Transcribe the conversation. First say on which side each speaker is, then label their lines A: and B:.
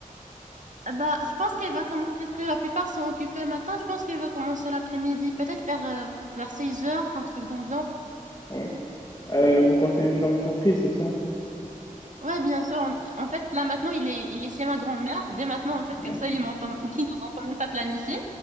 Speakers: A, on the right (about 60°); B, on the left (about 25°).
A: Ah bah, je pense qu'elle va commencer, puisque la plupart sont occupés le matin, je pense qu'elle va commencer l'après-midi, peut-être vers, euh, vers 16 heures, un truc dans le genre.
B: Ouais. Euh, vous comptez lui faire une surprise, c'est ça?
A: Ouais, bien sûr. on- En fait, là maintenant, il est, il est chez ma grand-mère. Dès maintenant, en fait,
B: Ouais.
A: comme ça,
B: <laughs>
A: il m'entend, <laughs> il nous entend même pas planifier.